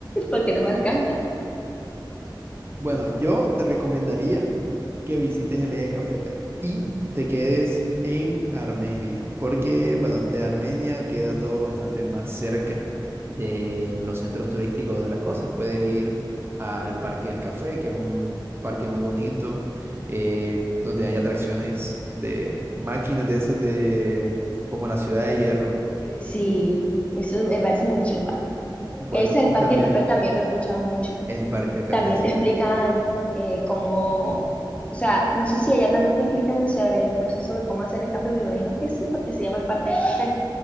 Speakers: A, on the left; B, on the right.
A: porque no me alcanza.
B: Bueno, yo te recomendaría que visites el eje cafetero y te quedes en Armenia, porque, bueno, de Armenia queda todo bastante más cerca de los centros turísticos de otras cosas. Puedes ir al Parque del Café, que es un parque muy bonito, eh, donde hay atracciones de máquinas de esas de, como la Ciudad de Hierro.
A: Sí, eso me parece muy chimba.
B: Bueno,
A: Ese, el
B: y
A: Parque
B: también
A: Café, también lo he escuchado mucho.
B: el Parque del Café,
A: También
B: sí.
A: te explican eh, cómo, o sea, no sé si allá también te explican sobre el proceso de cómo hacer el café. Me imagino que sí, porque se llama el Parque del Café.